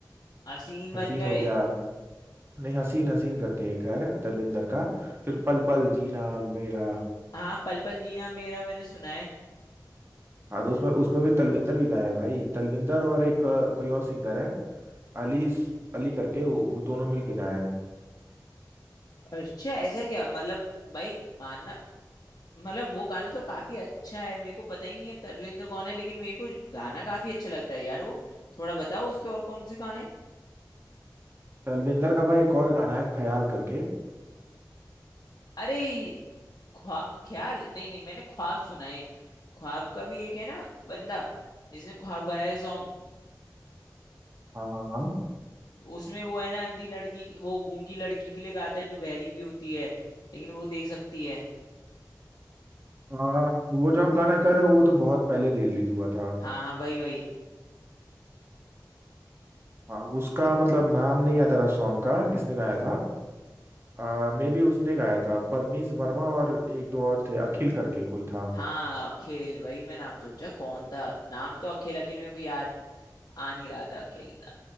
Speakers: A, on the left; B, on the right.
A: असीन
B: हसीन
A: बन गए
B: हो गया नहीं हसीन हसीन करके एक है तलविंदर का फिर पल पल जीना मेरा
A: हाँ पल पल जीना मेरा मैंने सुना है
B: हाँ तो उसमें उसमें भी तलविंदर भी गाया है भाई तलविंदर और एक अ, कोई और सिंगर है अली अली करके वो वो दोनों मिलके गाए हैं
A: अच्छा ऐसा क्या मतलब भाई मानना मतलब वो गाना तो काफी अच्छा है मेरे को पता ही नहीं है तलविंदर कौन है लेकिन मेरे को गाना काफी अच्छा लगता है यार वो थोड़ा बताओ उसके और कौन से गाने
B: तलविंदर का भाई एक और गाना है ख्याल करके
A: अरे ख्वा ख्याल नहीं नहीं मैंने ख्वाब सुना है एक ख्वाब का भी एक है ना बंदा जिसने ख्वाब गाया है सॉन्ग
B: हाँ हाँ हाँ
A: उसमें वो है ना अंधी लड़की वो गूंगी लड़की के लिए गाता है जो बहरी भी होती है लेकिन वो देख सकती है
B: आ, वो जो आप गाना कर रहे हो वो तो बहुत पहले रिलीज हुआ था
A: हाँ हाँ वही वही
B: हाँ उसका मतलब नाम नहीं आता रहा सॉन्ग का किसने गाया था आ, मे बी उसने गाया था परमीश वर्मा और एक दो और थे अखिल करके कोई था
A: हाँ अखिल वही मैं नाम सोचा कौन था नाम तो अखिल अखिल मेरे को याद आ नहीं रहा था अखिल था